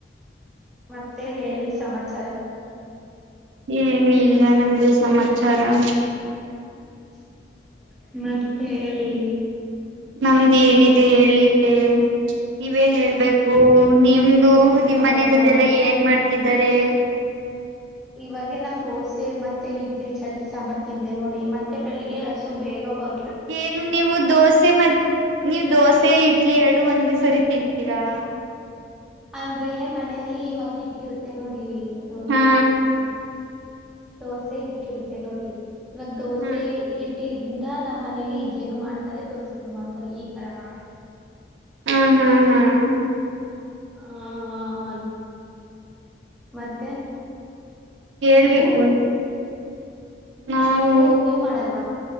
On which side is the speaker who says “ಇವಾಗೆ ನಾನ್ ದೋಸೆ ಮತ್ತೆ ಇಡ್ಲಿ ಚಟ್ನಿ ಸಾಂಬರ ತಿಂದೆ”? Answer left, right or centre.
Centre